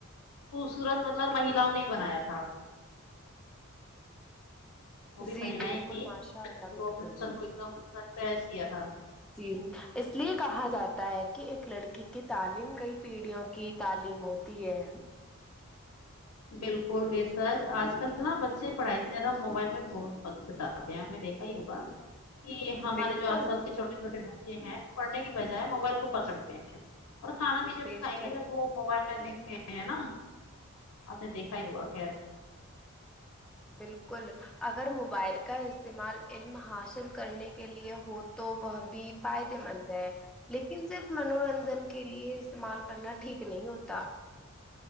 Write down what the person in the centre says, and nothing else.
جی
بالکل
ماشاء اللہ
بالکل
بالکل
جی اس لیے کہا جاتا ہے کہ ایک لڑکی کی تعلیم کئی پیڑھیوں کی تعلیم ہو تی ہے
بالکل
بے
شک
بالکل اگر موبائل کا استعمال علم حاصل کرنے کے لیے ہو تو وہ بھی فائدے مند ہے لیکن صرف منورنجن کے لیے استعمال کرنا ٹھیک نہیں ہوتا